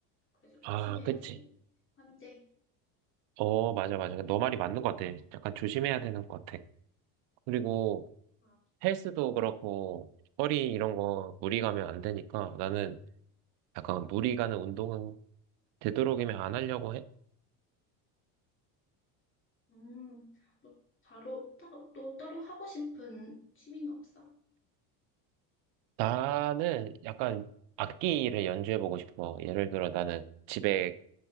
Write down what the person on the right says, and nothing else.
아, 그치.
어, 맞아, 맞아. 너 말이 맞는 것 같아. 약간 조심해야 되는 것 같아. 그리고
헬스도 그렇고, 허리 이런 거 무리 가면 안 되니까, 나는 약간 무리 가는 운동은 되도록이면 안 하려고 해.
나는 약간 악기를 연주해보고 싶어. 예를 들어 나는 집에